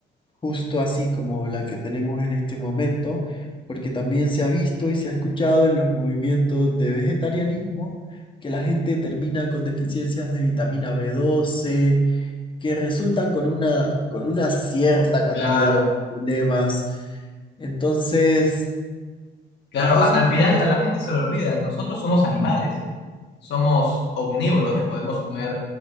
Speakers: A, on the left; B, on the left.
A: justo así como la que tenemos en este momento, porque también se ha visto y se ha escuchado en los movimientos de vegetarianismo que la gente termina con deficiencias de vitamina b doce que resultan con una, con una cierta cantidad
B: Claro,
A: de problemas. Entonces,
B: claro,
A: entonces,
B: a- al final a la gente se le olvida, nosotros somos animales, somos omnívoros, podemos comer